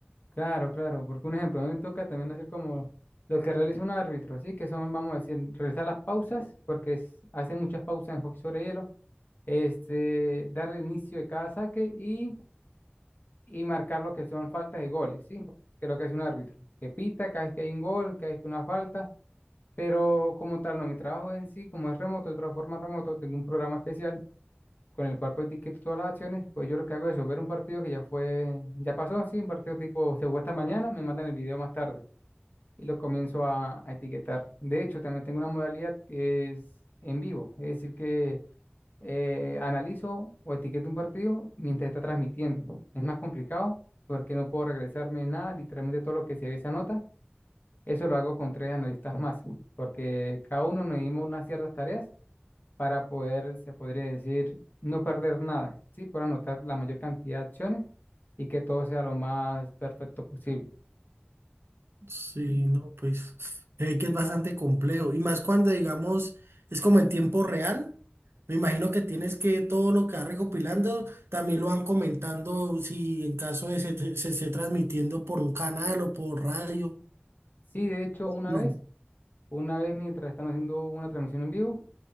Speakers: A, on the left (about 50°); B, on the right (about 80°).
A: claro, claro, porque un ejemplo, a mí me toca también hacer como lo que realiza un árbitro, ¿sí? Que son, vamos a decir, realizar las pausas, porque es- hace muchas pausas en hockey sobre hielo, este, darle inicio de cada saque y y marcar lo que son faltas y goles, ¿sí? Que es lo que hace un árbitro, que pita cada vez que hay un gol, cada vez que hay una falta, pero como tal, no, mi trabajo en sí, como es remoto, de otra forma remoto, tengo un programa especial con el cual pues etiqueto todas las acciones, pues yo lo que hago es eso, ver un partido que ya fue, ya pasó, sí, un partido tipo se jugó esta mañana, me mandan el video más tarde y lo comienzo a, a etiquetar. De hecho, también tengo una modalidad que es en vivo, es decir que eh, analizo o etiqueto un partido mientras está transmitiendo. Es más complicado porque no puedo regresarme nada, literalmente todo lo que se ve se anota. Eso lo hago con tres analistas más, porque cada uno nos dimos unas ciertas tareas para poder, se podría decir, no perder nada, ¿sí? Por anotar la mayor cantidad de acciones y que todo sea lo más perfecto posible.
B: Sí,
A: ¿sí?
B: no, pues se ve que es bastante complejo. Y más cuando, digamos, es como en tiempo real. Me imagino que tienes que todo lo que vas recopilando también lo van comentando si en caso de se, se esté transmitiendo por un canal o por radio.
A: Sí, de hecho, una
B: No.
A: vez, una vez mientras están haciendo una transmisión en vivo,